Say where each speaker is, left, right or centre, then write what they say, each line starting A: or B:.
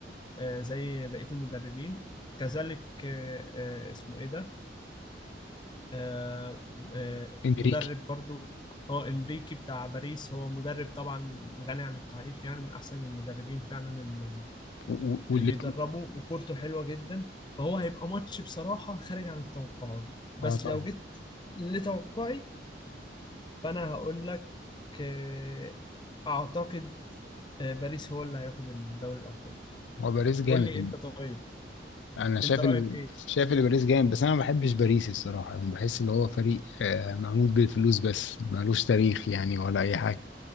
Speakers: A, on the left (about 25°); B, on the left (about 80°).
A: آه، زي بقيه المدربين كذلك آه، آه، اسمه ايه ده آه، آه،
B: انريكي
A: مدرب برضو اه انريكي بتاع باريس هو مدرب طبعا غني عن التعريف يعني من احسن المدربين فعلا اللي
B: و- و- واللي
A: اللي بيدربوا وكورته حلوه جدا فهو هيبقى ماتش بصراحه خارج عن التوقعات بس
B: اه طبعا
A: لو جيت لتوقعي فانا هقول لك آه، اعتقد آه، باريس هو اللي هياخد دوري الابطال
B: هو باريس جامد
A: قول لي انت طيب
B: انا شايف
A: انت رايك
B: ال...
A: ايه
B: شايف اللي باريس جامد بس انا ما بحبش باريس الصراحه يعني بحس اللي هو فريق آه، معمول بالفلوس بس ملوش تاريخ يعني ولا اي حاجه